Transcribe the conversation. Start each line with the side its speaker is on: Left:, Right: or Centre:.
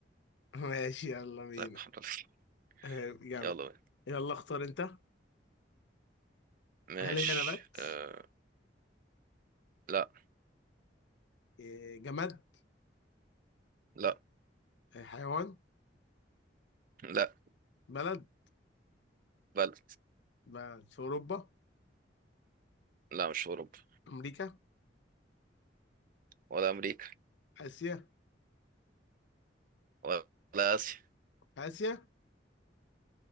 Left: <laughs> ماشي يلا بينا
Right: طيب الحمد لله
Left: <laughs> آه، جدع
Right: يلا بينا
Left: يلا اختار انت
Right: ماشي
Left: هل هي نبات
Right: آه... لا
Left: إيه، جماد
Right: لا
Left: إيه، حيوان
Right: لا
Left: بلد
Right: بلد
Left: بلد في اوروبا
Right: لا مش في أوروبا
Left: امريكا
Right: ولا أمريكا
Left: اسيا
Right: ولا آسيا
Left: في اسيا